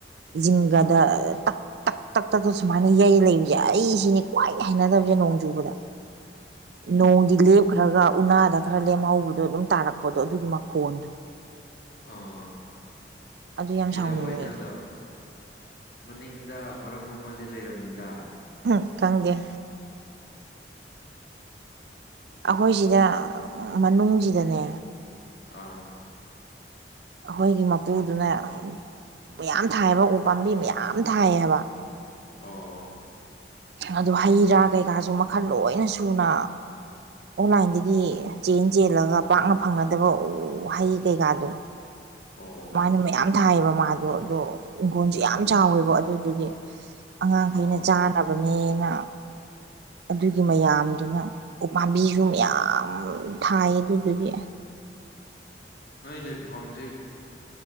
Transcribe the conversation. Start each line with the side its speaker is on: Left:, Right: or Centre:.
Right: ꯖꯤꯤꯡꯒꯥꯗ
Left: ꯑꯥ
Right: ꯇꯛ ꯇꯛ ꯇꯛꯛꯇ ꯁꯨꯃꯥꯏꯅ ꯌꯩ ꯂꯩꯕꯁꯦ ꯑꯩ ꯁꯤꯅꯤ ꯈ꯭ꯋꯥꯏ ꯍꯥꯏꯩꯅꯅꯗꯕꯁꯦ ꯅꯣꯡ ꯆꯨꯕꯗ ꯅꯣꯡꯒꯤ ꯂꯦꯞꯈ꯭ꯔꯒ ꯎꯅꯥꯗ ꯈꯔ ꯂꯦꯝꯍꯧꯕꯗꯣ ꯑꯗꯨꯝ ꯇꯥꯔꯛꯄꯗꯣ ꯑꯗꯨꯒꯤ ꯃꯈꯣꯟꯗꯣ
Left: ꯑꯥ
Right: ꯑꯗꯨ ꯌꯥꯝ
Left: ꯀꯩꯗꯩꯅꯣ
Right: ꯁꯥꯎꯅꯤꯡꯉꯦ
Left: ꯑꯗꯣ ꯃꯅꯤꯡ ꯁꯤꯗ ꯃꯔꯝ ꯑꯃꯗꯤ ꯂꯩꯔꯕꯝꯅꯤꯗ
Right: ꯎꯝ ꯀꯪꯗꯌꯥ ꯑꯩꯈꯣꯏ ꯁꯤꯗ ꯃꯅꯨꯡꯁꯤꯗꯅꯦ
Left: ꯑꯥ
Right: ꯑꯩꯈꯣꯏꯒꯤ ꯃꯄꯨꯗꯨꯅ ꯃꯌꯥꯝ ꯊꯥꯏꯑꯕ ꯎ ꯄꯥꯝꯕꯤ ꯃꯌꯥꯝ ꯊꯥꯏꯌꯦꯕ
Left: ꯑꯣ
Right: ꯑꯗꯨ ꯍꯩ ꯔꯥ ꯀꯩꯀꯥꯁꯨ ꯃꯈꯜ ꯂꯣꯏꯅ ꯁꯨꯅ ꯑꯣꯟꯂꯥꯏꯟꯗꯒꯤ ꯆꯦꯟ ꯆꯦꯜꯂꯒ ꯄꯥꯛꯅ ꯐꯪꯅꯗꯕ ꯋꯥꯍꯩ ꯀꯩꯀꯥꯗꯣ
Left: ꯑꯣ
Right: ꯑꯗꯨꯥꯏꯅ ꯃꯌꯥꯝ ꯊꯥꯏꯑꯕ ꯃꯥꯗꯣ ꯑꯗꯣ ꯏꯪꯈꯣꯜꯁꯦ ꯌꯥꯝ
Left: ꯑꯠꯆꯥ
Right: ꯆꯥꯎꯋꯦꯕ ꯑꯗꯨꯗꯨꯒꯤ ꯑꯉꯥꯡꯈꯩꯅ
Left: ꯑꯣ
Right: ꯆꯥꯅꯕꯅꯦꯅ ꯑꯗꯨꯒꯤ ꯃꯌꯥꯝꯗꯨꯅ ꯎꯄꯥꯝꯕꯤꯁꯨ ꯃꯌꯥꯝ ꯊꯥꯏ ꯑꯗꯨꯗꯨꯒꯤ
Left: ꯅꯣꯏ ꯂꯩꯐꯝꯁꯤ